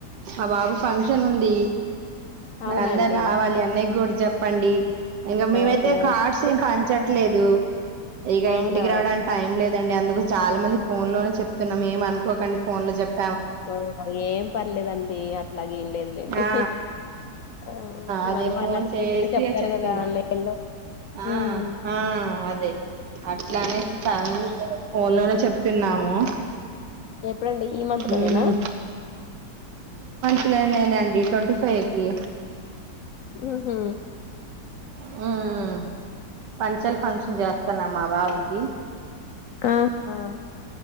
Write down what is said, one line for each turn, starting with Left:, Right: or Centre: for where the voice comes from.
Right: ఆ బాబు ఫంక్షన్ ఉంది
Left: అవునండి
Right: మరి అందరు రావాలి అన్నయ్య కూడా చెప్పండి ఇంకా మేమైతే
Left: ఓకే
Right: కార్డ్స్
Left: ఓకే
Right: ఏం ప చెట్లేదు ఇక
Left: అవునా
Right: ఇంటికి రావడానికి టైం లేదు అండి అందుకు చాలా మందికి ఫోన్ లోనే చెప్తున్నాం ఏం అనుకోకండి ఫోన్ లో చెప్తే
Left: ఓ ఏం పర్లేదండి అట్లాగ ఏం లేదులేండి
Right: ఆ
Left: ఆ
Right: అదే
Left: మన వాళ్ళు
Right: ఫోన్
Left: అనుకుంటేనే
Right: చేసి
Left: చెప్తారు
Right: చెప్తున్నా
Left: కదా ఆన్లైన్ లో
Right: ఆ
Left: ఉమ్
Right: ఆ అదే ఇలానే ఫ్యామిలీ ఫోన్ లోనే చెప్తున్నాము.
Left: ఎప్పుడండి ఈ మంత్ లో
Right: మ్మ్
Left: నేనా
Right: ప్లేన్ నేనే అండి ట్వంటీ ఫైవ్ కి
Left: ఊహూ
Right: హ్మ్ పంచెల ఫంక్షన్ చేస్తన్నా మా బాబుకి
Left: ఆహా